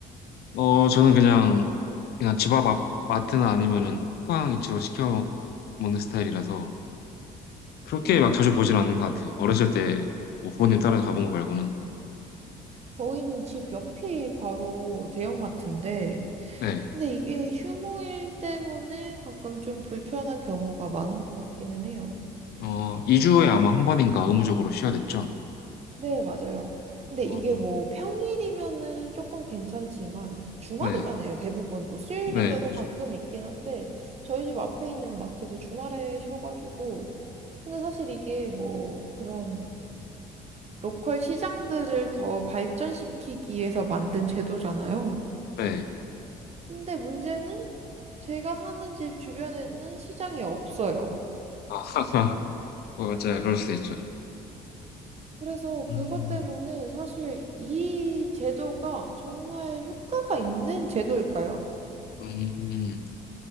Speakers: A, on the left (about 70°); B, on the right (about 40°).
A: 어 저는 그냥 그냥 집 앞 앞- 마트나 아니면은 쿠팡 이츠로 시켜 먹는 스타일이라서 그렇게
B: 음.
A: 막 자주 보진 않는 것 같아요. 어렸을 때 뭐 부모님 따라서 가본 거 말고는.
B: 저희는 집 옆이 바로 대형마트인데,
A: 네.
B: 근데 이게 휴무일 때문에 가끔 좀 불편한 경우가 많은 것 같기는 해요.
A: 어, 2주에 아마 한 번인가 의무적으로 쉬어야 됐죠.
B: 네, 맞아요. 근데
A: 어,
B: 이게 뭐 평일이면은 조금 괜찮지만 주말이잖아요.
A: 네.
B: 대부분 뭐 수요일인데도
A: 네. 그죠.
B: 가끔 있긴 한데 저희 집 앞에 있는 마트도 주말에 쉬어가지고 근데 사실 이게 뭐 그런 로컬 시장들을 더 발전시키기 위해서 만든 제도잖아요.
A: 네.
B: 근데 문제는 제가 사는 집 주변에는 시장이 없어요.
A: 아, <laughs> 어, 맞아요. 그럴 수도 있죠.
B: 그래서
A: 음,
B: 그것 때문에 사실 이 제도가 정말 효과가 있는 제도일까요?
A: 음,